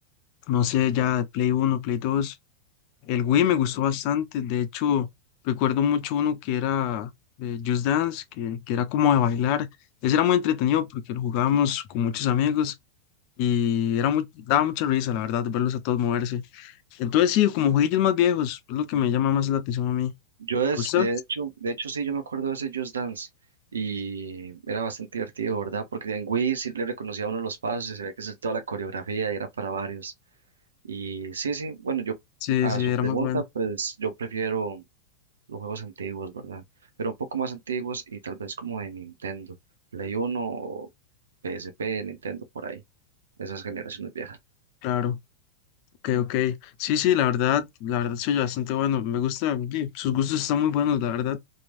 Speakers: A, on the left (about 45°); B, on the right (about 70°).
A: no sé, ya Play uno Play dos El Wii me gustó bastante, de hecho, recuerdo mucho uno que era eh, Just Dance, que, que era como de bailar. Ese era muy entretenido porque lo jugábamos con muchos amigos y era muy, daba mucha risa, la verdad, verlos a todos moverse. Entonces, sí, como jueguillos más viejos, es lo que me llama más la atención a mí.
B: Yo es,
A: ¿A usted?
B: de hecho, de hecho sí, yo me acuerdo de ese Just Dance y era bastante divertido, ¿verdad? Porque en Wii sí le reconocía a uno los pasos y se veía que es toda la coreografía y era para varios. Y sí, sí, bueno, yo
A: Sí,
B: a
A: sí,
B: su
A: era
B: pregunta,
A: muy bueno,
B: pues yo prefiero los juegos antiguos, ¿verdad? Pero un poco más antiguos y tal vez como de Nintendo, Play uno o PSP, Nintendo por ahí, esas generaciones viejas.
A: claro. Ok, ok. Sí, sí, la verdad, la verdad soy bastante bueno. Me gusta, sí, sus gustos están muy buenos, la verdad.